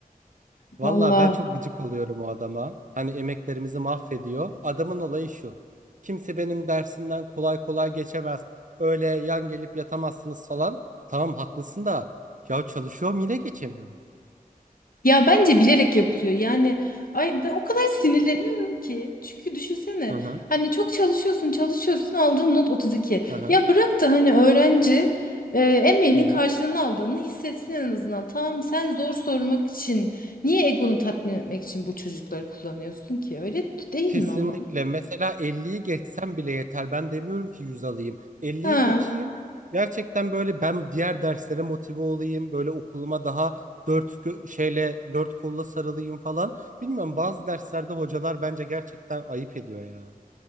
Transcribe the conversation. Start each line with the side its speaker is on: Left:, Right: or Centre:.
Right: Valla
Left: Valla
Right: ben çok gıcık oluyorum o adama. Hani emeklerimizi mahvediyor. Adamın olayı şu. Kimse benim dersimden kolay kolay geçemez. Öyle yan gelip yatamazsınız falan. Tamam haklısın da. Ya çalışıyorum yine geçemiyorum.
Left: Ya bence bilerek yapılıyor. Yani ay ben o kadar sinirleniyorum ki. Çünkü düşünsene
Right: Hı hı.
Left: hani çok çalışıyorsun çalışıyorsun aldığın not 32.
Right: Hı hı.
Left: Ya bırak da hani öğrenci e, emeğinin
Right: Hı hı.
Left: karşılığını aldığını hissetsin en azından. Tamam sen zor sormak için niye egonu tatmin etmek için bu çocukları kullanıyorsun ki? Öyle değil
Right: Kesinlikle.
Left: mi ama?
Right: Mesela elliyi geçsem bile yeter. Ben demiyorum ki 100 alayım. elliyi
Left: Ha.
Right: geçeyim. Gerçekten böyle ben diğer derslere motive olayım. Böyle okuluma daha dört gö- şeyle dört kolla sarılayım falan. Bilmiyorum bazı derslerde hocalar bence gerçekten ayıp ediyor ya.